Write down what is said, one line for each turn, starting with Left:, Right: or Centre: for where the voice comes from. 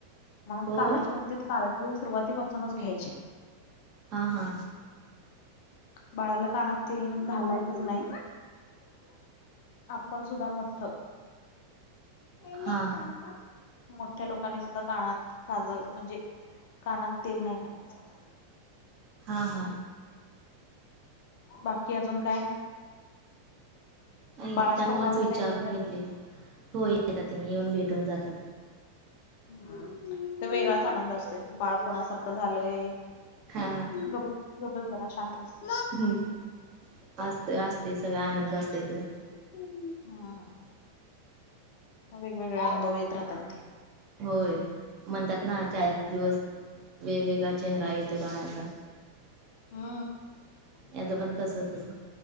Left: म्हणून
Right: हो
Left: कानाच्या बाबतीत काळजी सुरुवातीपासूनच घ्यायचे.
Right: हा हा.
Left: बाळाला कानात त घालायचंच नाही. आपण सुद्धा मोठठ नाही
Right: हां
Left: का. मोठ्या लोकांनी सुद्धा कानात काजव म्हणजे कानात तेल नाही घालायचं.
Right: हा हा.
Left: बाकी अजून काय.
Right: नाही
Left: बाळाचे
Right: त्यामुळेच
Left: पप्पा वगैरे
Right: विचारून
Left: येतात का
Right: घेतले
Left: नाही
Right: हो येतात तिने येऊन भेटून जातात.
Left: हम् ते वेगळाच आनंद असतोय, बाळ कोणासारखं झालंय.
Right: हा
Left: गबर गबर जरा शांत बस्त.
Right: हम् असत असते, सगळा आनंद असतेथून.
Left: हम वेगवेगळे अनुभव येत राहतात ते.
Right: होय म्हणतात ना चाळीस दिवस वेगवेगळा, चेहरा येतोय बनायचा.
Left: हा
Right: याचं मण तसंचच.